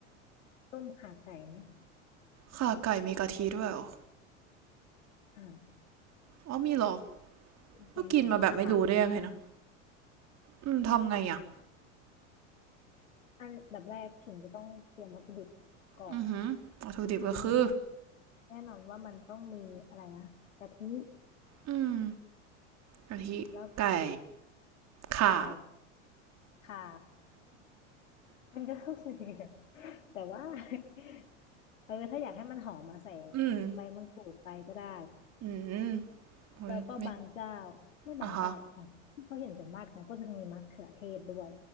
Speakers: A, on the left; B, on the right.
A: ต้มข่าไก่ไหม
B: ข่าไก่มีกะทิด้วยเหรอ
A: อ่า
B: อ๋อมีเหรอ
A: เป็นแกงสีขาว
B: ก็กินมาแบบไม่รู้ได้ยังไงนะอืมทำไงอ่ะ
A: ๆอันดับแรกถิ่นจะต้องเตรียมวัตถุดิบก่อน
B: อือหือวัตถุดิบก็คือ
A: อืมแน่นอนว่ามันต้องมีอะไรนะกะทิ
B: อืมกะทิไก่
A: แล้ว
B: ข่า
A: ไก่ข่ามันก็ต้องมีแหละแต่ว่า <laughs> เออถ้าอยากให้มันหอมมาใส่
B: อืม
A: ใบมะกรูดไปก็ได้
B: อืมโอ้ยไม่
A: แล้วก็บางเจ้าไม่บางเจ้าหรอกของที่เขาเห็นส่วนมากนะก็จะมีมะเขือเทศด้วย
B: อ่ะฮะ